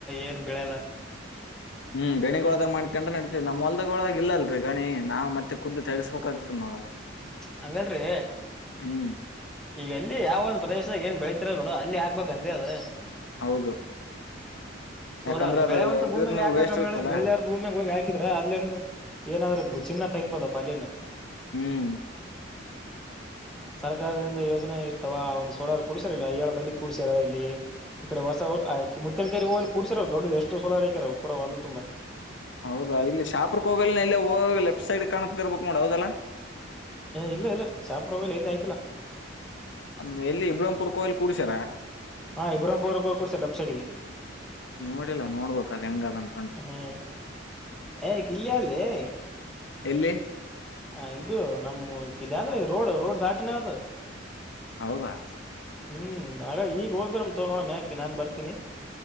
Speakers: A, in the centre; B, on the left.
A: ಏನ್ ಬೆಳೆಲ್ಲ.
B: ಹ್ಮ್ ಗಣಿಗೊಳದಾಗ ಮಾಡ್ಕೊಂಡ ನಡತೀವಿ ನಮ್ಮ್ ಹೊಲ್ದಗ ಒಳಗ ಇಲ್ಲಲ್ರಿ ಗಣಿ ನಾ ಮತ್ತೆ ುದ್ದು ತೆಸ್ಬೇಕಕ್ ಆತ ನೋಡ.
A: ಹಂಗಲ್ರಿ.
B: ಹ್ಮ್
A: ಈಗ ಎಲ್ಲಿ ಯಾವ ಒಂದು ಪ್ರದೇಶದ ಏನ್ ಬೆಳೀತಿರ ನೋಡು ಅಲ್ಲಿ ಆಾಕ್ಬೇಕ ಅಂದ ಅದು.
B: ಹೌದು
A: ಸೋಲಾರ
B: ಯಾಕಂದ್ರ ಅದು
A: ಬೆಳೆವಂತ
B: ಹೆಂಗಿದ್ರನು
A: ಭೂಮಿಯಾಗ ಯಾಕಾಕ
B: ವೇಸ್ಟ್ ಇರುತ್ತಲ್ಲ
A: ಮ ಬೆಳ್ಳಿಯರು. ಭೂಮ್ಯಾಗ ಹೋಗಿ ಹಾಕಿದ್ರ ಅದಲೇನು ಏನಾದ್ರರು ಚಿನ್ನ ತೆಿಬೋದ ಪಲ್ಯನ.
B: ಹ್ಮ್-
A: ಸರ್ಕಾರದಿಂದ ಯೋಜನೆ ಇರ್ತವ ಒಂದು ಸೋಲಾರ ಕುಡ್ಸ್ಯಾರಲ್ಲ ಏಳ ಬೈಲಿ ಕುೂಡ್ಸ್ಯಾರ ಇಲ್ಲಿ. ಈಕಡೆ ಹೊಸ ಮುುತ್ತಿನ ಕಕರಿ ಹೋಗ ಕೂಡಸಿರ ದೊಡ್ಡ ಎಷ್ಟು ಸೋಲಾರಾಕ್ಯರ ಅವ ಪರ ಅದು ತುಂಬಾ.
B: ಹೌದಾ ಇಲ್ಲಿ ಶಾಪ್ರಕ್ ಹೋಗ ಎಲ್ಲ ಹೋಗ ಲೆಫ್ ಸೈಡ್ ಕಾಣತ ಇರ್ಬೇಕು ಮಾಡಡ ಹೌದಲ್ಲಾ.
A: ಇಲ್ಲ ಇಲ್ಲ ಶಾಪ ಪ್ರೊವೈಲ್ ಎಲ್ಲಿ ಹ ಆ್ಕಿಲ್ಲಾ.
B: ಅ ಎಲ್ಲಿ ಇಬ್ರಾಂಪರ್ ಕೋ್ಲಿ ಕೂಡಸರಾರ.
A: ಹಾಂಬ್ರೋಪವರ್ ಕ ಕೊಡ್ಸರ್ ಲಫ್ಟ ಸೈಡ್ಿಗೆ.
B: ನೋಡಿಲ್ಲಾ ನೋಡ್ಬಕ್ ಅದು ಹೆಂಗ ಅದಂತ.
A: ಹ್ಮ್ ಏ ಕಲ್ಲಿ ಏ..
B: ಎಲ್ಲಿ
A: ಹ ಇದು ನಮ್ಮ ಕಿಲ್ ಯಾವ ರೋಡ್ ರೋಡ್ ದಾಟಿನ ಅತ್.
B: ಹೌದಾ.
A: ಹ್ಮ್ ಹಾಗಗ ಈಗ ಹೋೋಗಿರ್ ತಗ ನೋಣೆ್ಯಾಾಕೆ ನಾ ಬತೀನಿ.